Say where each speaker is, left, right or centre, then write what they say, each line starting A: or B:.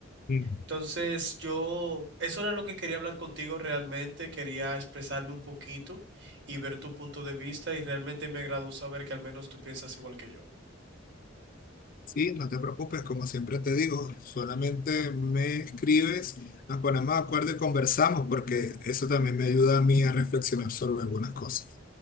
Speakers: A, on the left; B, on the right.
A: Mm.
B: Entonces, yo, eso era lo que quería hablar contigo realmente, quería expresarme un poquito y ver tu punto de vista y realmente me agradó saber que al menos tú piensas igual que yo.
A: Sí, no te preocupes, como siempre te digo, solamente me escribes, nos ponemos de acuerdo y conversamos, porque eso también me ayuda a mí a reflexionar sobre algunas cosas.